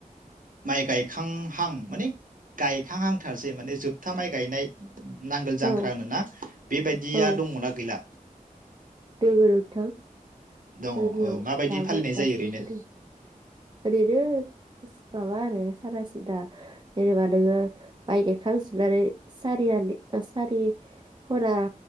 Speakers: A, on the right; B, on the right.
A: माइ गायखांहां माने गायखांहांथारसै माने जोबथा माइ गायनाय नांगोल जांख्रा
B: औ
A: होनोना बेबायदिया
B: औ
A: दङना गैला?
B: दोङो नोंथां
A: दङ
B: जोंनियाव
A: माबायदि
B: दाबो
A: फालिनाय
B: दासिमबो
A: जायो ओरैनो?
B: दों ओरैनो माबा आरो सादा सिदा जेनेबा नोङो माइ गायखांजोबनानै सारिया सारि खना